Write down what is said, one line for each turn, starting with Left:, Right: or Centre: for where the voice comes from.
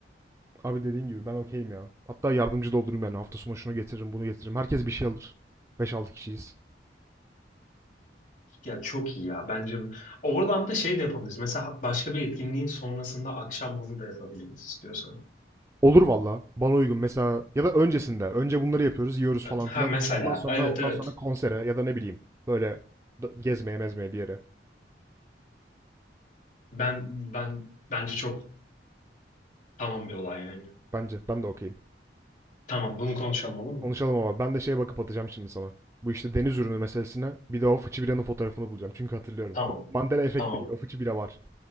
Right: Abi dediğin gibi ben okeyim ya. Hatta yardımcı da olurum yani. Hafta sonu şunu getiririm, bunu getiririm. Herkes bir şey alır. Beş altı kişiyiz.
Left: Ya çok iyi ya. Bence bu- oradan da şey de yapabiliriz. Mesela başka bir etkinliğin sonrasında akşam bunu da yapabiliriz istiyorsan.
Right: Olur valla. Bana uygun. Mesela ya da öncesinde. Önce bunları yapıyoruz, yiyoruz falan
Left: Ha
Right: filan.
Left: mesela
Right: Ondan sonra
Left: evet
Right: ondan
Left: evet.
Right: sonra konsere ya da ne bileyim böyle da- gezmeye mezmeye bir yere.
Left: Ben ben bence çok tamam bir olay yani.
Right: Bence ben de okeyim.
Left: Tamam bunu konuşalım olur mu?
Right: Konuşalım ama ben de şeye bakıp atacağım şimdi sana. Bu işte deniz ürünü meselesine bir de o fıçı biranın fotoğrafını bulacağım. Çünkü hatırlıyorum.
Left: Tamam.
Right: Bu Mandela efekt
Left: Tamam.
Right: değil. O fıçı bira var.